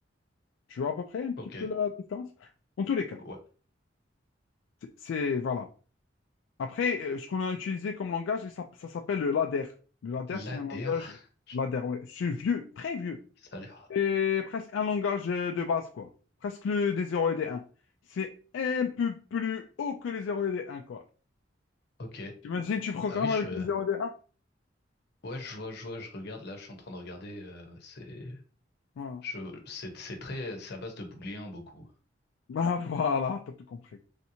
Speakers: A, on the left (about 80°); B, on the left (about 60°).
A: Tu vois à peu près un petit
B: Ok.
A: peu la différence? En tous les cas,
B: Ouais.
A: c'est, c'est- voilà. Après, euh, ce qu'on a utilisé comme langage, ça, ça s'appelle le ladder. Le ladder,
B: la
A: c'est
B: L'ADR,
A: un langage Ok. ladder, ouais. C'est vieux, très vieux.
B: <laughs> ça a l'air.
A: C'est presque un langage euh, de base, quoi. Presque le des 0 et des 1. C'est un peu plus haut que les 0 et les 1, quoi.
B: Ok.
A: T'imagines, tu programmes
B: Ah oui, je,
A: avec les 0 et des 1?
B: ouais, je vois, je vois, je regarde, là, je suis en train de regarder, euh, c'est,
A: Voilà.
B: je,
A: <laughs>
B: c'est, c'est très, c'est à base de booléen, beaucoup.
A: Bah voilà, t'as tout compris.